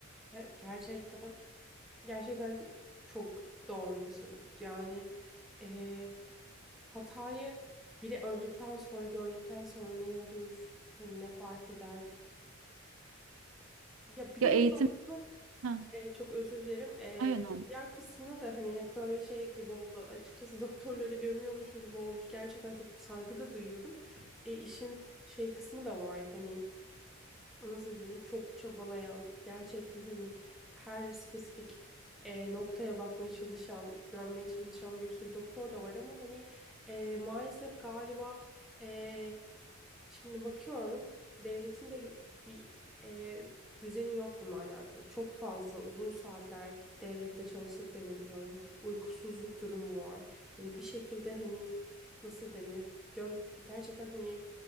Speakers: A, in the centre; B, on the right.
A: Evet gerçekten. Gerçekten çok doğru bir söz. Yani eee, hatayı biri öldükten sonra gördükten sonra ne olur? Hani ne fark eder? Ya bir
B: Ya
A: de
B: eğitim
A: bunun aslında
B: ha,
A: eee, çok özür dilerim. Eee
B: önemli.
A: diğer kısmına da hani hep böyle şey gibi oldu. Açıkçası <laughs> doktorları gömüyormuşum gibi oldu. Gerçekten çok saygı da duyuyorum. E, işin şey kısmı da var. Hani nasıl denir çok çabalayan gerçekten hani her spesifik e, noktaya bakmaya çalışan görmeye çalışan bir sürü doktor da var ama hani e, maalesef galiba e, şimdi bakıyorum devletin de hü- bir e, düzeni yok bununla alakalı çok fazla uzun saatler devlette çalıştıklarını biliyorum uykusuzluk durumu var hani bir şekilde hani nasıl denir göz gerçekten hani